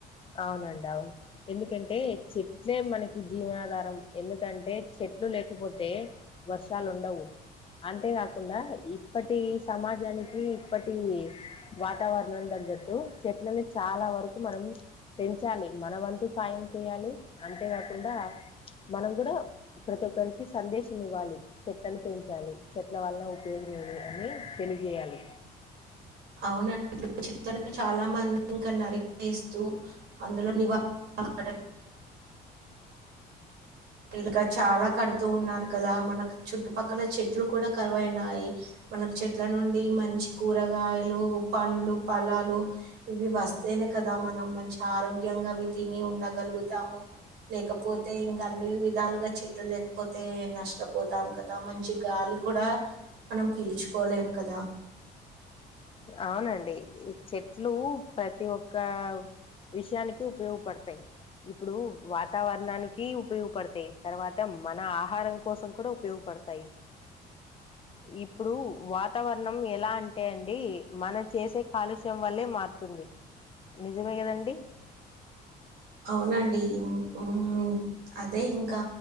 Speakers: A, on the left; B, on the right.
A: అవునండి అవును ఎందుకంటే చెట్ సేమ్ మనకి జీవనాధారం ఎందుకంటే చెట్లు లేకపోతే వర్షాలు ఉండవు, అంతేకాకుండా ఇప్పటి సమాజానికి ఇప్పటి వాతావరణం తగ్గట్టు చెట్లని చాలా వరకు మనం పెంచాలి మన వంతు సాయం చేయాలి అంతేకాకుండా మనం కూడా ప్రతి ఒక్కరికి సందేశం ఇవ్వాలి. చెట్లను పెంచాలి చెట్ల వలన ఉపయోగం ఏమి అని తెలియజేయాలి
B: అవునం <unintelligible> ఇప్పుడు చెట్లని చాలా మం ఇంకా నరి కేస్తూ అందులో నివా <unintelligible> <unintelligible> చాలా కడుతూ ఉన్నారు కదా మనకు చుట్టుపక్కల చెట్లు కూడా కరువయినాయి. మనకు చెట్ల నుండి మంచి కూరగాయలు పండ్లు ఫలాలు ఇవి వస్తేనే కదా మనం మంచి ఆరోగ్యంగా అవి తిని ఉండగలుగుతాము. లేకపోతే ఇం అన్ని విధాలుగా చెట్లు లేకపోతే నష్టపోతాం కదా మంచి గాలి కూడా మనం పీల్చుకోలేం కదా.
A: అవునండి చెట్లు ప్రతి ఒక్క విషయానికి ఉపయోగపడతాయ్. ఇప్పుడు వాతావరణానికి ఉపయోగపడతాయ్ తర్వాత మన ఆహారం కోసం కూడా ఉపయోగపడతాయి, ఇప్పుడు వాతావరణం ఎలా అంటే <unintelligible> మనం చేసే కాలుష్యం వల్లే మారుతుంది నిజమే కదండి.
B: అవునండి మ్మ్ అదే ఇంకా